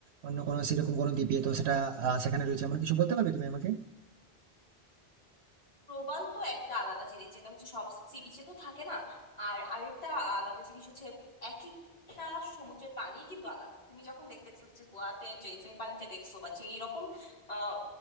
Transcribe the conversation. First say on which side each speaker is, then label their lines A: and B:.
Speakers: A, on the right (about 80°); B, on the left (about 90°).
A: অন্য কোনো সেরকম কোনো দ্বীপে তো সেটা আহ, সেখানে রয়েছে এমন কিছু বলতে পারবে তুমি আমাকে
B: প্রবাল তো একটা আলাদা জিনিস যেটা হচ্ছে সব সি বিচে তো থাকে না আর আরেকটা আলাদা জিনিস হচ্ছে এক একটা সমুদ্রের পানি কিন্তু আলাদা তুমি যখন দেখবে যে হচ্ছে গোয়াতে যে যে পানিটা দেখছো বা যেই রকম আহ